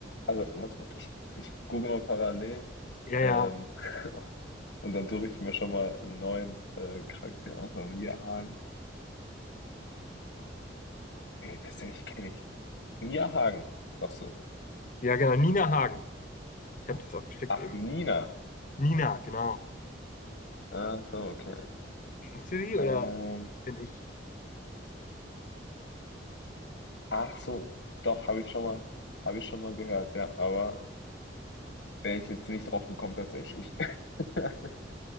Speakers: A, on the left; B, on the left.
A: Also, warte mal, ich, ich google mal parallel.
B: Ja, ja.
A: Ähm, <laughs> Und dann suche ich mir schon mal einen neuen äh, Charakter aus. Aber Mia Hagen. Nee, tatsächlich kenne ich. Mia Hagen, sagst du.
B: Ja, genau. Nina Hagen. Ich habe das auch geschickt
A: Ach,
B: eben.
A: Nina.
B: Nina, genau.
A: Ach so, okay.
B: Kennst du die oder
A: Ähm,
B: bin ich?
A: ach so, doch, habe ich schon mal, habe ich schon mal gehört, ja. Aber wäre ich jetzt nicht drauf gekommen, tatsächlich. <laughs>